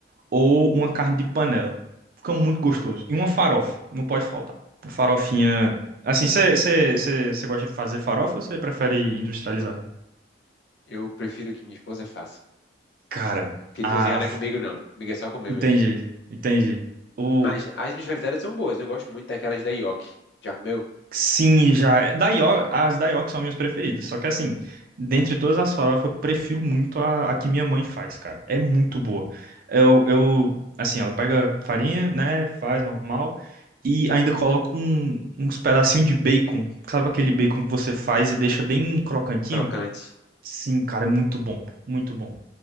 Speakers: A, on the right (about 55°); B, on the left (about 75°).
A: Ou uma carne de panela. Fica muito gostoso. E uma farofa, não pode faltar. Uma farofinha. Assim, você gosta de fazer farofa ou você prefere industrializado?
B: Eu prefiro que minha esposa faça.
A: Cara,
B: Porque
A: ah,
B: cozinhar não
A: f-
B: é comigo, não. Comigo é só comer
A: entendi,
B: mesmo.
A: entendi. O,
B: Mas as industrializadas são boas. Eu gosto muito daquelas da Yoki. Já comeu?
A: Sim, já. Da as da são minhas preferidas. Só que assim, dentre todas as farofas, eu prefiro muito a, a que minha mãe faz, cara. É muito boa. Eu, eu, assim, ela pega farinha, né? Faz normal. E ainda coloca um- uns pedacinhos de bacon. Sabe aquele bacon que você faz e deixa bem crocantinho?
B: Crocante.
A: Sim, cara, é muito bom. Muito bom.